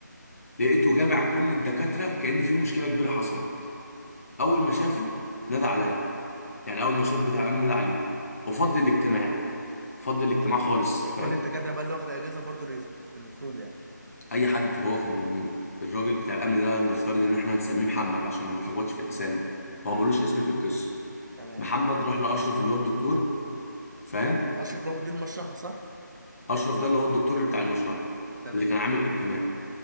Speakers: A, on the left; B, on the right.
A: لقيته جامع كل الدكاتره كأن في مشكله كبيره حصلت اول ما شافه نادى عليا يعني اول ما شاف بتاع الامن نادى عليه وفضل
B: حلو
A: الاجتماع فضل الاجتماع خالص فاهم
B: كل الدكاتره بقى اللي واخده اجازه برضه نزلت المفروض يعني
A: اي حد هو كان الراجل بتاع الامن ده نفترض ان احنا هنسميه محمد عشان ما نتلخبطش في الاسامي هو ملوش اسم في القصه
B: تمام
A: محمد راح لاشرف اللي هو الدكتور فاهم
B: لا اشرف رام الدين مشرحه صح
A: اشرف ده اللي هو الدكتور اللي بتاع المشرحه
B: تمام
A: اللي كان عامل الاجتماع